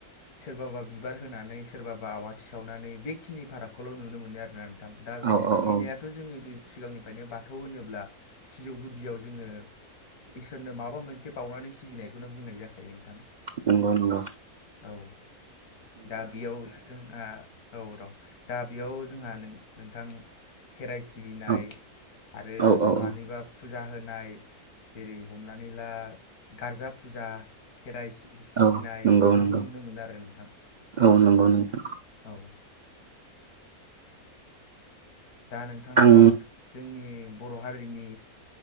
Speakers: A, on the left; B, on the right.
A: सोरबाबा बिबार होनानै सोरबाबा आवाथि सावनानै बेखिनि फारागखौल' नुनो मोनो आरोना थां दा
B: औ
A: जों
B: औ
A: सिबिनायाथ'
B: औ
A: जोङो सिगांनिफ्रायनो बाथौ होनोब्ला सिजौ गुदियाव जोङो इसोरनो माबा मोनसे बावनानै सिबिनायखौनो बुंनाय जाखायो नोंथां।
B: नोंगौ-नोंगौ
A: औ दा बेयाव जोंहा औ र' दा बेयाव जोंहा नों नोंथां खेराइ सिबिनाय
B: ओ
A: आरो
B: औ औ
A: मानिबा
B: औ
A: फुजा होनाय जेरै हमनानै ला गार्जा फुजा खेराइ सिब सिबिनाय
B: औ नंगौ
A: बेफोरखौ
B: नंगौ
A: नुनो मोनो आरो नोंथां
B: औ नंगौ नोंथां
A: औ। दा नोंथाङा
B: आं
A: जोंनि बर' हारिनि